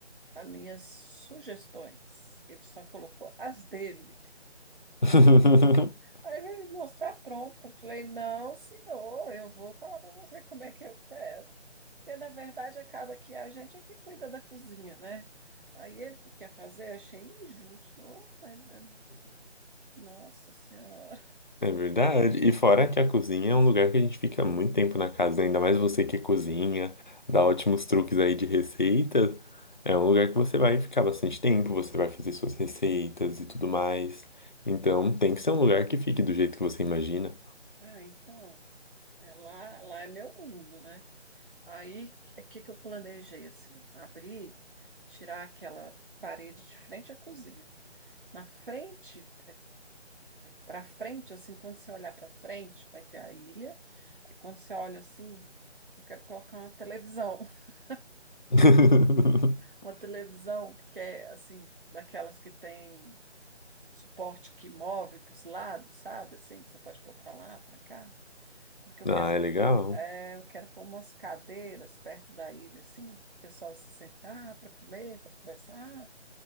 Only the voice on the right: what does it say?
as minhas sugestões. Ele só colocou as dele.
Aí ele me mostrar pronta. Eu Falei, não, senhor, eu vou falar para você como é que eu quero. Porque, na verdade, acaba que a gente é que cuida da cozinha, né? Aí ele que quer fazer, achei injusto, Ô, mas é... Nossa Senhora.
Ah, então, é lá, lá é meu mundo, né? Aí, o que que eu planejei, assim? Abrir, tirar aquela parede de frente à cozinha. Na frente, para frente, assim, quando você olhar para frente, vai ter a ilha. Aí quando você olha assim, eu quero colocar uma televisão. <laughs>
Uma televisão, porque é, assim, daquelas que tem suporte que move para os lados, sabe? Assim, que você pode pôr para lá, para cá. Porque eu
quero,
é, eu quero pôr umas cadeiras perto da ilha, assim, o pessoal se sentar para comer, para conversar,